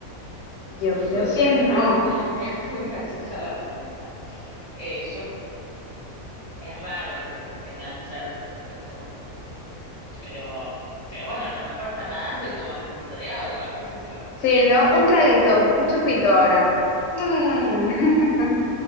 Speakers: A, on the left; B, on the right.
A: Yo creo
B: No sé,
A: que no.
B: pero <laughs> es muy graciosa la pregunta. Eh, yo, es raro que tengan sed porque es como Pero, pero bueno, a lo mejor están nadando y toman un poquito de agua, qué sé yo.
A: Sí, ¿no? Un traguito, un chupito ahora. Mm. <laughs>